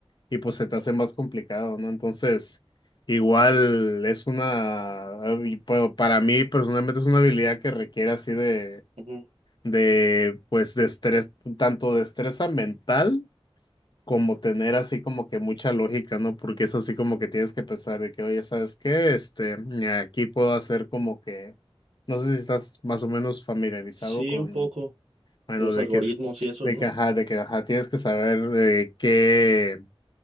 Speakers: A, on the left (about 45°); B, on the right (about 80°).
A: y pues se te hace más complicado, ¿no? Entonces, igual es una, eh, y, pues, para mí personalmente es una habilidad que requiere así de
B: Ujú.
A: de pues de estrés, tanto destreza mental como tener así como que mucha lógica, ¿no? Porque es así como que tienes que pensar de que, oye, ¿sabes qué? Este, aquí puedo hacer como que, no sé si estás más o menos familiarizado
B: Sí,
A: con,
B: un poco.
A: bueno,
B: de los
A: de
B: algoritmos
A: que,
B: y eso,
A: de
B: ¿no?
A: que, ajá, de que, ajá, tienes que saber eh, qué,